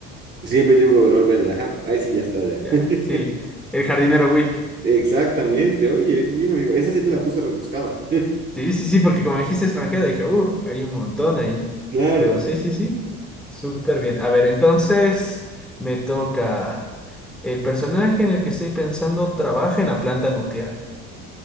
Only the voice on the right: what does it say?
Siempre llevo un overol verde, ajá. Ahí sí ya está, ya.
<laughs>
Exactamente, oye, es bien, amigo. Esa sí te la puse rebuscada.
Claro,